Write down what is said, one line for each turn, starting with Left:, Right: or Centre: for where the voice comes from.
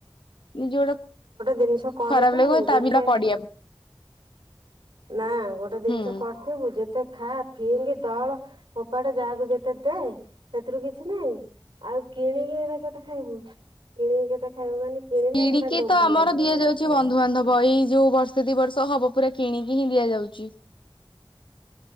Left: ନିଜେ ଗୋଟେ
Right: ଜିନିଷ କରିଥିବୁ
Left: ଖରାପ ଲାଗିବ ତା
Right: ଯେତେ
Left: ବିଲ ପଡିଆ
Right: ନା ଗୋଟେ ଜିନିଷ
Left: ହୁଁ
Right: କରିଥିବୁ ଯେତେ ଖା ଫିଙ୍ଗି ଦଳ ଫୋପାଡେ ଯାହାକୁ ଯେତେ ଦେ ସେଥିରୁ କିଛି ନାହିଁ। ଆଉ କିଣିକି ଏଇରା କେତେ ଖାଇବୁ କିଣିକି କେତେ ଖାଇବୁ ମାନେ କିଣିଲେ
Left: କିଣିକି
Right: ସେଇଟା ଲୋଭ
Left: ତ ଆମର
Right: ଲାଗିବ
Left: ଦିଆ
Right: ଗୋଟେ
Left: ଯାଉଚି
Right: ଖାଇବାକୁ
Left: ବନ୍ଧୁବାନ୍ଧବ ବହି ଜଉ ବର୍ଷେ ଦି ବର୍ଷ ହବ ପୁରା କିଣିକି ହିଁ ଦିଆଯାଉଚି।